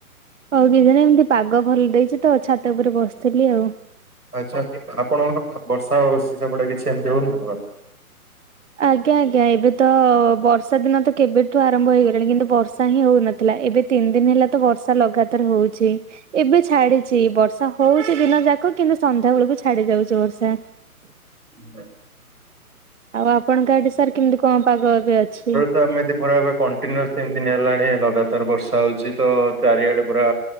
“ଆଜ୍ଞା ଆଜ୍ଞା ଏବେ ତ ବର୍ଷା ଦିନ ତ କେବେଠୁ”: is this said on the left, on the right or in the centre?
Right